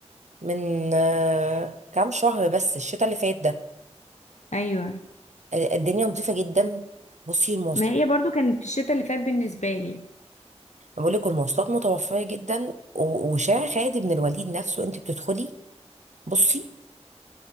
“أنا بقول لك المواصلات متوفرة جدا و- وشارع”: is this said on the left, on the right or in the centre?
Right